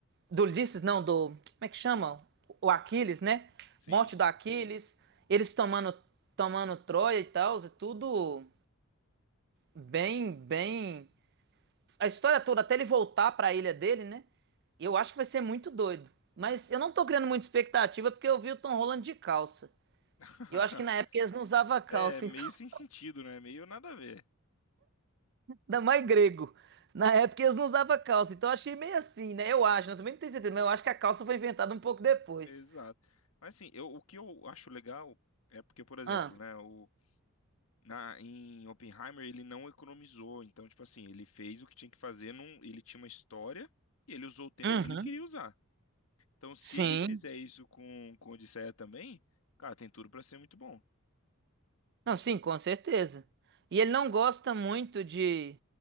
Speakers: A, on the right (about 50°); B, on the left (about 70°).
A: Do Ulisses, não, do. Como é que chama? O Aquiles, né?
B: Sim.
A: Morte do Aquiles, eles tomando, tomando Troia e tal, é tudo bem, bem a história toda, até ele voltar pra ilha dele, né? Eu acho que vai ser muito doido. Mas eu não tô criando muita expectativa porque eu vi o Tom Holland de calça.
B: <laughs>
A: Eu acho que na época eles não usavam calça,
B: É, meio
A: então. <laughs>
B: sem sentido, né? Meio nada a ver.
A: Ainda mais grego. Na época eles não usavam calça, então eu achei meio assim, né? Eu acho, né? Eu também não tenho certeza, mas eu acho que a calça foi inventada um pouco depois.
B: Exato. Mas assim, eu, o que eu acho legal é porque, por exemplo,
A: Ah.
B: né, o, na, em Oppenheimer ele não economizou. Então, tipo assim, ele fez o que tinha que fazer, num, ele tinha uma história e ele usou o tempo
A: Uhum.
B: que ele queria usar. Então, se
A: Sim.
B: ele fizer isso com, com Odisseia também, cara, tem tudo pra ser muito bom.
A: Não, sim, com certeza. E ele não gosta muito de,